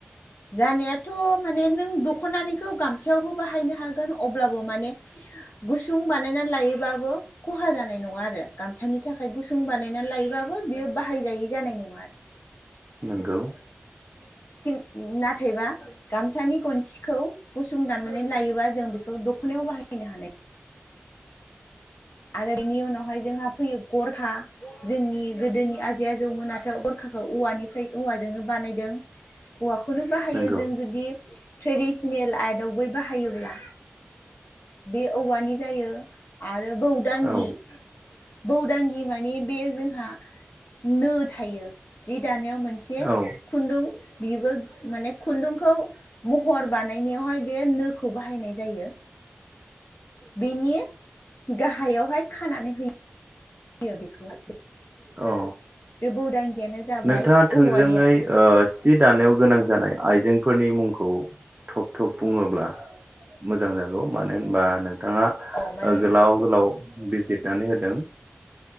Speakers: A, on the left; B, on the right.
A: जानायाथ' माने नों दख'नानिखौ गामसयावबो बाहाय बाहायनाय हागोन अब्लाबो माने गुसुं बानायना लायोब्लाबो खहा जानाय नङा आरो गामसानि थाखाय गुसुं बानायना लायोब्लाबो बेयो बाहायजायि जानाय नङा आरो
B: नोंगौ
A: <unintelligible> नाथायबा गामसानि गनसिखौ गुसुं दाननानै लायोबा जों बेखौ दख'नायाव बाहायनो हानाय आरो बिनि उनावहाय जोंहा फैयो गरखा जोंनि गोदोनि आजै आजौमोनाथ' गरखाखौ औवानिफ्राय औवाजोंनो बानायदों औवाखौनो बाहायो
B: नंगौ
A: जों जुदि ट्रेडिसनेल आर्टआव बै बाहायोब्ला बे औवानि जायो आरो बौदांगि
B: औ
A: बौदांगि माने ने बे जोंहा नो थायो जि दानो मोनसे
B: औ
A: खुन्दुं बेबो माने खुन्दुंखौ महर बानायनायावहाय बे नोखौ बाहायनाय जायो बिनि गाहायावहाय खानानै होयो होयो बेखौहाय
B: औ
A: बे बौदांगियानो जाबाय
B: नोंथाङा थोंजोङै
A: औवानि आरो
B: ओ सि दानायाव गोनां जानाय आइजेंफोरनि मुंखौ थब थब बुङोब्ला मोजां जागौ मानो होनबा नोंथाङा
A: अ माने
B: गोलाव गोलाव बिजिरनानै होदों